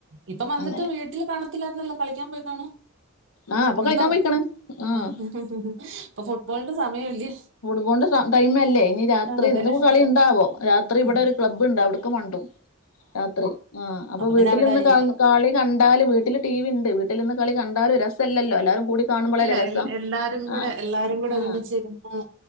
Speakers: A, on the right; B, on the left.
A: ഇപ്പം വന്നിട്ട്
B: അങ്ങനെ
A: വീട്ടിൽ കാണത്തില്ലായിരുന്നല്ലോ കളിക്കാൻ പോയിക്കാണും
B: ആഹ് അപ്പൊ
A: ഉണ്ടോ
B: കളിക്കാൻ പോയിക്കണ് ആഹ്
A: ആ ഇപ്പൊ ഫുട്ബോളിന്റെ സമയം ഇല്ലേ
B: ഫൂട്ബോളിന്റെ ടൈംമല്ലേ അല്ലേ ഇനി രാത്രി
A: അതെ.
B: ഇന്ന് കളി ണ്ടാവോ രാത്രി ഇവിടെ
A: ഉം.
B: ഒരു ക്ലബുണ്ട് അവിട്ക്ക് മണ്ടും രാത്രി ആ അപ്പൊ വീട്ടില്
A: പിന്നെ അവിടെ
B: ഇന്ന്
A: ആയിരിക്കും.
B: കാ കാളി കണ്ടാല് വീട്ടില് ടി വി ഉണ്ട് വീട്ടിൽ നിന്ന് കളി കണ്ടാലും രസലല്ലോ എല്ലാരും കൂടി കാണുമ്പോളല്ലേ
A: ഇല്ല
B: രസം
A: എല്ലാരും കൂടെ
B: ആഹ്
A: എല്ലാരും കൂടെ
B: ആഹ്
A: ഒരുമിച്ചിരുന്ന്